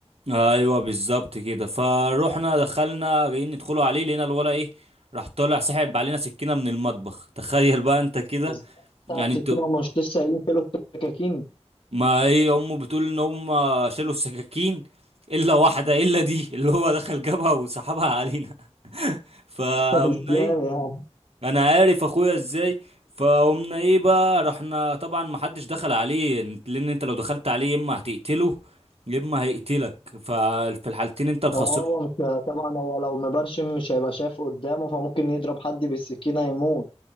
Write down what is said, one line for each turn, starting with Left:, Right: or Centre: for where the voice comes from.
Right: ايوه بالظبط كده فروحنا دخلنا جايين ندخلوا عليه لقينا الولا ايه راح طالع سحب علينا سكينه من المطبخ <laughs> تخيل بقى انت كده
Left: ازاي بتاع
Right: يعني
Left: السكينة
Right: انتوا
Left: ومش لسه قايلين كيلو سكاكين
Right: ما هي امه بتقول ان هم شالوا السكاكين الا واحده الا دي اللي هو دخل جابها وسحبها علينا <laughs> فقمنا
Left: <laughs> ازاي
Right: ايه
Left: يعني
Right: انا عارف اخويا ازاي فقمنا ايه بقى رحنا طبعا ما حدش دخل عليه لان انت لو دخلت عليه يا اما هتقتله يا اما هيقتلك ففي الحالتين انت الخسران
Left: هو مش طبعا هو لو مبرشم مش هيبقى شايف قدامه فممكن يضرب حد بالسكينة يموت